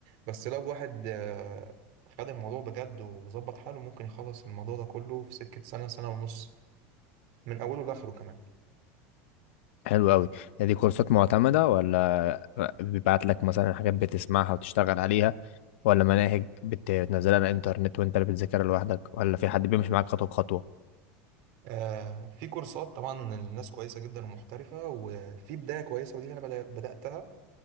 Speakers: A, on the right; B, on the left.
A: بس لو واحد آه، خد الموضوع بجد وظبط حاله ممكن يخلص الموضوع ده كله في سكة سنة سنة ونص من أوله لآخره كمان
B: حلو قوي دي كورسات معتمدة ولا بيبعت لك مثلا حاجات بتسمعها وتشتغل عليها ولا مناهج بتنزلها على الانترنت وانت اللي بتذاكرها لوحدك ولا في حد بيمشي معاك خطوة بخطوة
A: آه، في كورسات طبعا الناس كويسة جدا ومحترفة وفي بداية كويسة ودي أنا بدأ- بدأتها